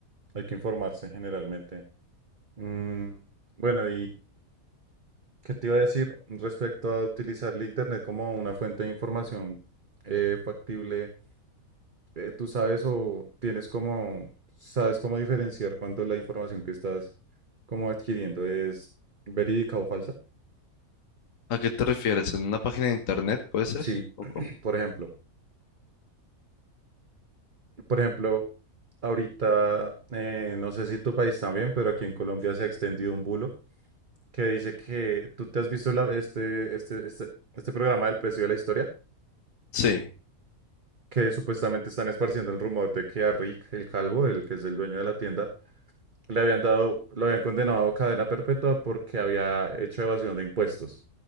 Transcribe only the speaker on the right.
hay que informarse generalmente. Mm, bueno, ¿Qué te iba a decir respecto a utilizar la internet como una fuente de información eh, factible? Eh, ¿tú sabes o tienes como, sabes cómo diferenciar cuánto la información que estás como adquiriendo es verídica o falsa?
Sí,
por ejemplo, por ejemplo, ahorita, eh, no sé si tu país también, pero aquí en Colombia se ha extendido un bulo que dice que tú te has visto la- este, este, este, este programa del precio de la historia.
que supuestamente están esparciendo el rumor de que a Rick, el calvo, el que es el dueño de la tienda, le habían dado, lo habían condenado a cadena perpetua porque había hecho evasión de impuestos.